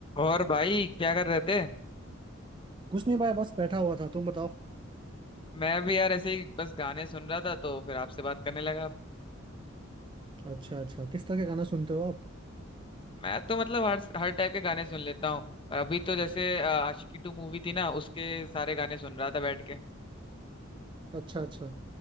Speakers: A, on the left; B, on the right.
A: और भाई क्या कर रहे थे
B: कुछ नहीं भाई बस बैठा हुआ था तुम बताओ
A: मैं भी यार ऐसे ही बस गाने सुन रहा था तो फिर आपसे बात करने लगा
B: अच्छा अच्छा किस तरह के गाना सुनते हो आप
A: मैं तो मतलब हर हर टाइप के गाने सुन लेता हूँ पर अभी तो जैसे अ, आशिकी टू मूवी थी ना उसके सारे गाने सुन रहा था बैठ के
B: अच्छा अच्छा